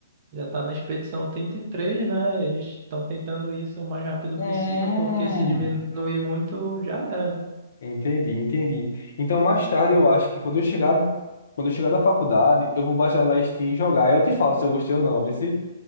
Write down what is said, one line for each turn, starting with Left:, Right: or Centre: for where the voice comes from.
Right: Já está na expedição 33, né? Eles estão tentando isso o mais rápido
Left: Hum,
Right: possível, porque se diminuir muito, já era, né?
Left: entendi, entendi. Então mais tarde eu acho que quando eu chegar, quando eu chegar da faculdade, eu vou baixar na Steam e jogar. Eu te falo se eu gostei ou não, viu? se?